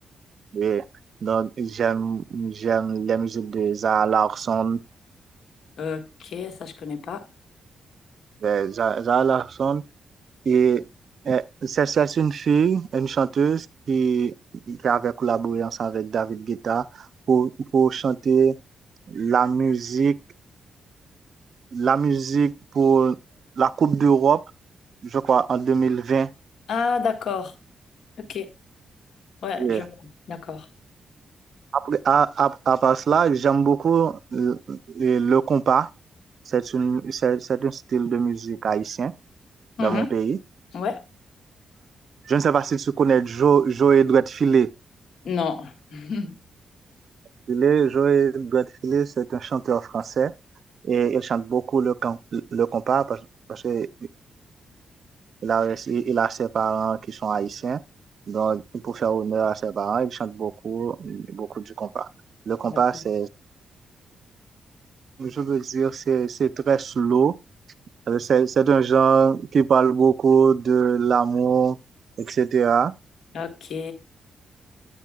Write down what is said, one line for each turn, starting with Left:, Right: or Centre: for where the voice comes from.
Right: et donc, j'aime, j'aime la musique de Zara Larsson.
Left: Ok, ça je connais pas.
Right: Euh, Za- Zara Larsson, Et euh, c'est c'est une fille, une chanteuse qui, qui avait collaboré ensemble avec David Guetta pour, pour chanter la musique, la musique pour la Coupe d'Europe, je crois, en 2020.
Left: Ah, d'accord. Ok. Ouais,
Right: Et
Left: je vois. D'accord.
Right: après, à, à, à part cela, j'aime beaucoup le, le compas. C'est une, c'est, c'est un style de musique haïtien
Left: Mhm.
Right: dans mon pays.
Left: Ouais.
Right: Je ne sais pas si tu connais Joe, Joe Edouard Filet.
Left: Non. <laughs>
Right: Filet, Joe Edouard Filet, c'est un chanteur français et il chante beaucoup le, com- le compas parce, parce que euh, il a, il a ses parents qui sont haïtiens. Donc, pour faire honneur à ses parents, il chante beaucoup, beaucoup du compas. Le compas,
Left: D'accord.
Right: c'est, je veux dire, c'est, c'est très slow. C'est, c'est un genre qui parle beaucoup de l'amour, etc.
Left: Ok.